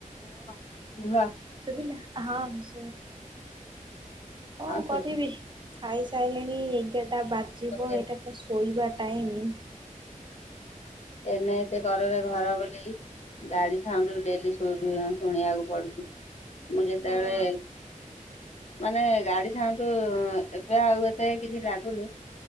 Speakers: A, on the left (about 55°); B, on the right (about 35°).
A: ହଁ ହଁ ଲା
B: ଶୁବିଲା ହଁ ଶୁବେ କଣ
A: ହଁ ଶୁଭୁଛି
B: କରିବି ଖାଇସାଇଲିଣି ଏଗାରଟା ବାଜିବ
A: କରେ
B: ଏଇଟା ତ ଶୋଇବା ଟାଇମି।
A: ଏଇନାକେ ସେ କରରେ ଘର ବନେଇ ଗାଡି ସାଉଣ୍ଡୁ ଡେଲି ଶୁବି ଶୁଣିବାକୁ ପଡୁଚି। ମୁଁ ଯେତେବେଳେ
B: ହଁ
A: ମାନେ ଗାଡି ସାାଉଣ୍ଡୁ, ଏବେ ଆଉ ଏତେ କିଛି ଲାଗୁନି।